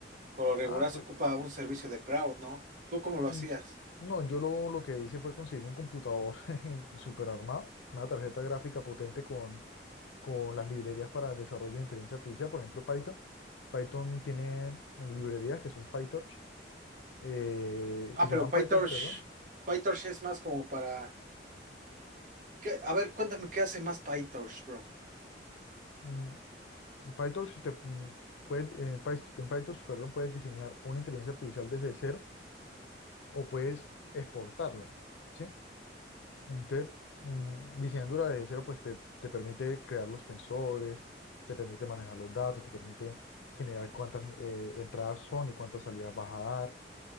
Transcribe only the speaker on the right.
Por lo regular
se
ocupa un servicio de cloud, ¿no? ¿Tú cómo lo
hacías?
Ah,
pero
PyTorch,
PyTorch es más como para... ¿qué? A ver, cuéntame qué hace más PyTorch, bro.